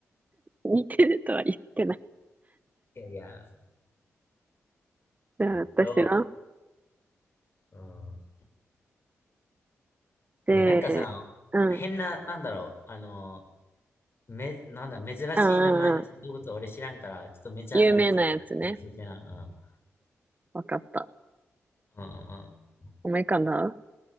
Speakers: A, on the right; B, on the left.
A: 似てるとは言ってない。
B: いやいや。
A: うん私の。
B: えっと。うん。
A: で、
B: いや、なんかさ、
A: うん。
B: 変な、なんだろう、あの、め、なんだ、珍しい名前の動物は俺知らんから、
A: うんうんうん
B: ちょっとメジャーなやつ、
A: 有名なやつね。
B: 寄せてな。
A: わかった。
B: うん。うんうん
A: 思い浮かんだ